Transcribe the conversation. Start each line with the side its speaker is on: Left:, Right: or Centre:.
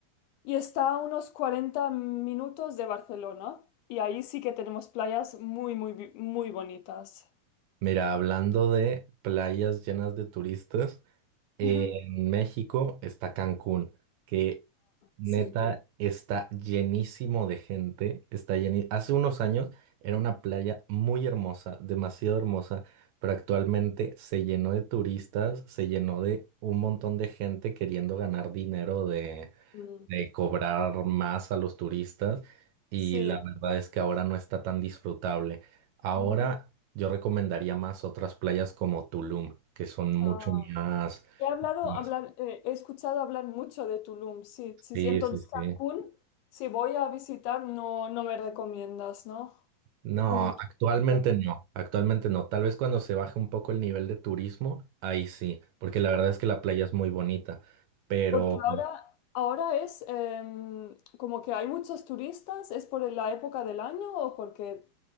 Left: y está a unos 40 minutos de Barcelona. Y ahí sí que tenemos playas muy, muy, bi- muy bonitas.
Right: mira, hablando de playas llenas de turistas. Eh,
Left: <laughs>
Right: en México está Cancún, que neta
Left: Sí.
Right: está llenísimo de gente, está lleni- Hace unos años era una playa muy hermosa, demasiado hermosa, pero actualmente se llenó de turistas, se llenó de un montón de gente queriendo ganar dinero
Left: Mm,
Right: de cobrar más a los turistas y
Left: Sí.
Right: la verdad es que ahora no está tan disfrutable. Ahora
Left: Mm,
Right: yo recomendaría más otras playas como Tulum, que son mucho
Left: ah.
Right: más...
Left: He hablado,
Right: más-
Left: hablar, eh, he escuchado hablar mucho de Tulum, sí, sí,
Right: Sí,
Left: sí. Entonces,
Right: sí, sí.
Left: Cancún, si voy a visitar, no, no me recomiendas, ¿no?
Right: No,
Left: Muy turístico.
Right: actualmente no, actualmente no. Tal vez cuando se baje un poco el nivel de turismo, ahí sí, porque la verdad es que la playa es muy bonita, pero...
Left: Porque ahora, ahora es em, como que hay muchos turistas, ¿es por la época del año o porque...